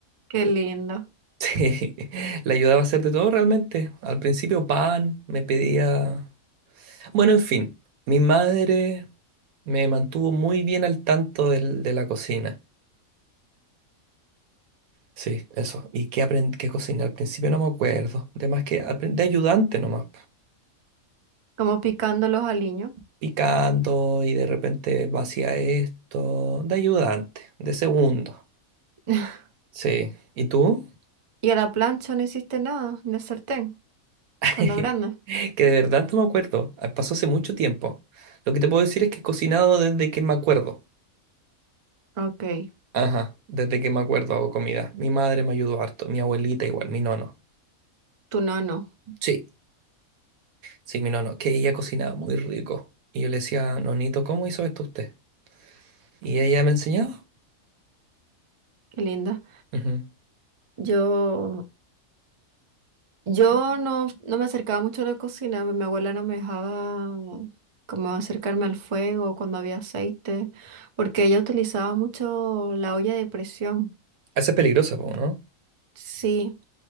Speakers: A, on the right (about 45°); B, on the right (about 85°).
A: qué lindo,
B: <laughs> Le ayudaba a hacer de todo realmente. Al principio pan, me pedía... Bueno, en fin, mi madre me mantuvo muy bien al tanto del- de la cocina. Sí, eso. ¿Y qué aprendí qué cociné? Al principio no me acuerdo. De más que aprendí de ayudante nomás.
A: como picando los aliños.
B: Picando y de repente vacía esto. De ayudante, de segundo.
A: <laughs>
B: Sí. ¿Y tú?
A: Y a la plancha no hiciste nada, ni el sartén,
B: <laughs>
A: cuando grande.
B: Que de verdad no me acuerdo. Ah, Pasó hace mucho tiempo. Lo que te puedo decir es que he cocinado desde que me acuerdo.
A: Ok,
B: Ajá, desde que me acuerdo hago comida. Mi madre me ayudó harto, mi abuelita igual, mi nono.
A: tú no, no,
B: Sí, sí, mi nono, que ella cocinaba muy rico. Y yo le decía, Nonito, ¿cómo hizo esto usted? Y ella me enseñaba.
A: qué linda.
B: Ujú.
A: Yo Yo no, no me acercaba mucho a la cocina, mi abuela no me dejaba como acercarme al fuego cuando había aceite, porque ella utilizaba mucho la olla de presión.
B: Esa es peligrosa, po, ¿no?
A: Sí,